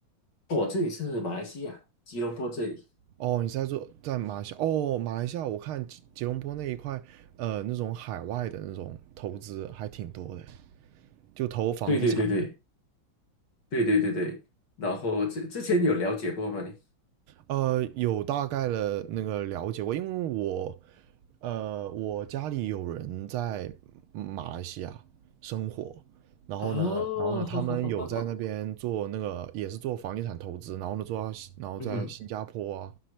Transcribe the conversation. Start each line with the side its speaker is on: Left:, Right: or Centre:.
Left: 我这里是马来西亚吉隆坡这里。
Right: 哦，你是在做在马来西亚？哦，马来西亚我看吉吉隆坡那一块，呃那种海外的那种投资还挺多的。就投房地产。
Left: 对对对对对对对对。然后之之前有了解过吗你？
Right: 呃，有大概的那个了解过，因为我呃，我家里有人在马来西亚生活，然后呢，
Left: 哦，
Right: 然后呢，
Left: 好好好好好，
Right: 他们有在那边做那个也是做房地产投资，然后呢，做到新然后在新加坡啊
Left: 嗯，